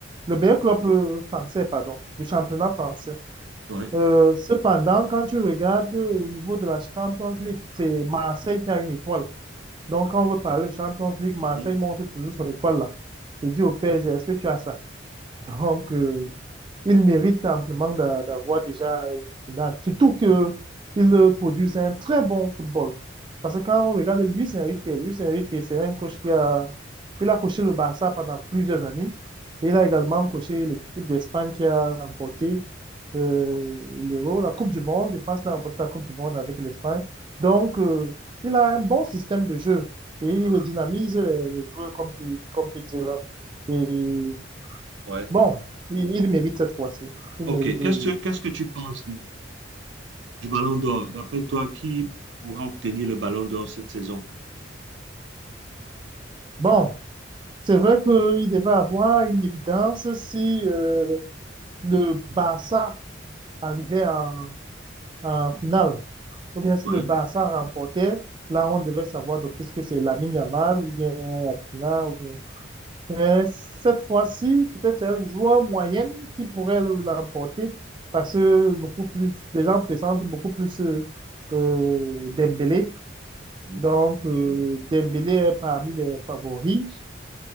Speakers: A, on the right (about 25°); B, on the right (about 75°).
A: le meilleur club euh, français, pardon, du championnat français.
B: Ouais.
A: Euh, cependant, quand tu regardes euh, au niveau de la Champions League, c'est Marseille qui a une étoile. Donc, quand on veut parler de Champions League, Marseille
B: Mhm.
A: montre toujours son étoile là. Et dit au PSG, est-ce que tu as ça? <laughs> Donc, euh, il mérite amplement d'a- d'avoir déjà une finale. Surtout que il produit un très bon football. Parce que quand on regarde Luis Enrique, Luis Enrique, c'est un coach qui a, il a coaché le Barça pendant plusieurs années. Et il a également coaché l'équipe d'Espagne qui a remporté euh, l'Euro, la Coupe du Monde. Je pense qu'il a remporté la Coupe du Monde avec l'Espagne. Donc, euh, il a un bon système de jeu et il dynamise les, les joueurs, comme tu, comme tu dis là. Et
B: Ouais.
A: Bon, il, il mérite cette fois-ci. Il
B: OK.
A: mérite de...
B: Qu'est-ce que, qu'est-ce que tu penses de- du Ballon d'Or? D'après toi, qui pourra obtenir le Ballon d'Or cette saison?
A: Bon, c'est vrai qu'il devait avoir une évidence si euh, le Barça arrivait en, en finale. Ou bien si
B: Ouais.
A: le Barça remportait, là on devait savoir d'office que c'est Lamine Yamal ou bien Rafinha. Ou bien... Mais cette fois-ci, peut-être c'est un joueur moyen qui pourrait l'emporter parce que beaucoup plus, les gens pressentent beaucoup plus euh, euh, Dembélé
B: Ouais,
A: Donc, euh, Dembélé est parmi les favoris.